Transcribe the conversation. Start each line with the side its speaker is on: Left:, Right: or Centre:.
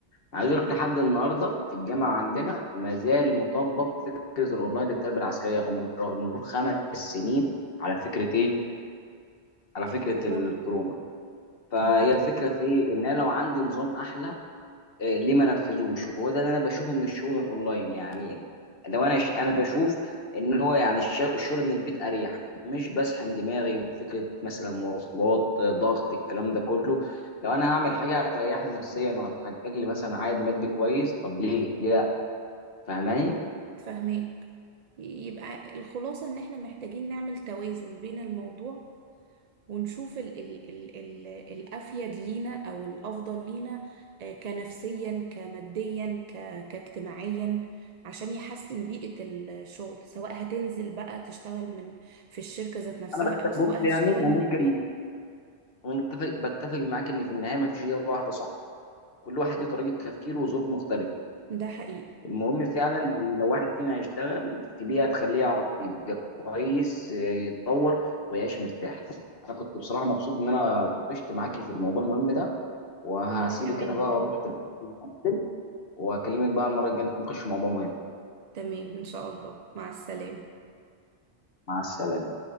Left: عايز اقول لك لحد النهارده في الجامعه عندنا ما زال مطبق فكره الاونلاين للتربيه العسكريه رغم رغم مرور خمس سنين على فكره ايه؟ على
Right: الكورونا
Left: فكره الكورونا فهي
Right: تمام
Left: الفكره في ايه؟ ان انا لو عندي نظام احلى إيه ليه ما نفذوش؟ وهو ده اللي انا بشوفه من الشغل الاونلاين يعني لو انا ش... انا بشوف ان هو يعني الش... الشغل من البيت اريح مش بسحم دماغي بفكره مثلا مواصلات ضغط الكلام ده كله لو انا هعمل حاجه هتريحني نفسيا وهتحقق لي مثلا عائد مادي كويس طب ليه؟ ليه فاهماني
Right: تفهميك يبقى الخلاصة ان احنا محتاجين نعمل توازن بين الموضوع ونشوف ال ال ال ال الأفيد لينا أو الأفضل لينا آه، كنفسيا كماديا ك كاجتماعيا عشان يحسن بيئة الشغل سواء هتنزل بقى تشتغل من في الشركة ذات نفسها
Left: انا بتفق
Right: أو سواء
Left: بص يعني
Right: هتشتغل
Left: انا ممكن
Right: من البيت
Left: انا متفق بتفق معاك ان في النهايه ما فيش اجابه واحده صح كل واحد ليه طريقه تفكير وظروف مختلفه
Right: ده حقيقي
Left: المهم فعلا إن لو واحد فينا هيشتغل في بيئه تخليه يعرف يبقى كويس آه، يتطور ويعيش مرتاح انا كنت بصراحه مبسوط ان انا اتناقشت معاكي في الموضوع المهم ده وهسيبك
Right: وأنا كمان
Left: انا بقى
Right: يا محمد
Left: واروح دلوقتي أكل، واكلمك بقى المره الجايه نتناقش في موضوع مهم
Right: تمام إن شاء الله مع السلامة
Left: مع السلامه